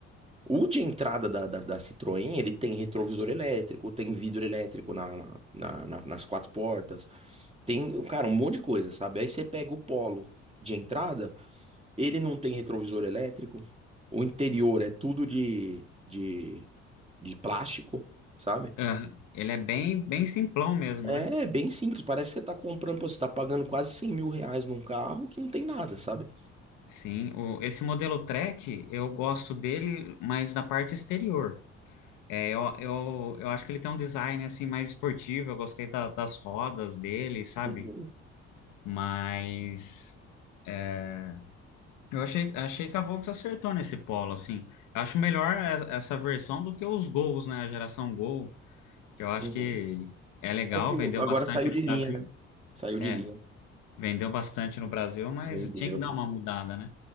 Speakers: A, on the right; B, on the left.
A: O de entrada da, da, da Citroën, ele tem retrovisor elétrico, tem vidro elétrico na, na- na- na- nas quatro portas, tem, cara, um monte de coisa, sabe? Aí você pega o Polo de entrada, ele não tem retrovisor elétrico, o interior é tudo de, de, de plástico, sabe?
B: aham. Ele é bem, bem simplão mesmo,
A: É
B: né?
A: é bem simples, parece que você tá comprando, pô, você tá pagando quase 100 mil reais num carro que não tem nada, sabe?
B: Sim, o, esse modelo Track, eu gosto dele, mas da parte exterior. É, eu, eu, eu acho que ele tem um design assim mais esportivo, eu gostei da- das rodas dele, sabe?
A: Uhum,
B: Mas é, eu achei, achei que a Volks acertou nesse polo, assim. Eu acho melhor e- essa versão do que os Gols, né? A geração Gol, que eu acho
A: uhum.
B: que é legal,
A: É que
B: vendeu
A: o- agora
B: bastante
A: saiu
B: no
A: de linha,
B: Brasil.
A: né? Saiu
B: é
A: de linha.
B: Vendeu bastante no Brasil, mas
A: Vendeu.
B: tinha que dar uma mudada, né?